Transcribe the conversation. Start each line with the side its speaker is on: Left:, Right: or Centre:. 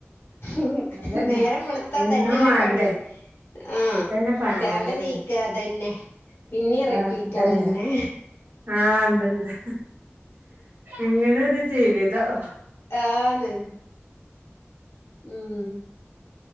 Left: മ്
Right: അതന്നെ
Left: നേരം വെളുത്ത
Right: എന്നും
Left: ഇതന്നെല്ലേ
Right: വാണ്ടേ
Left: പണി ആ
Right: ഇതന്നെ പണി
Left: രാവിലെ
Right: അതന്നെ
Left: ണീ ക്കാതന്നെ പിന്നെ റിപ്പീറ്റാ
Right: ആഹ് ഇതന്നെ
Left: അതന്നെ
Right: ആഹ് ഇതന്നെ ഇങ്ങനൊരു ജീവിതം
Left: ആന്ന് ഉം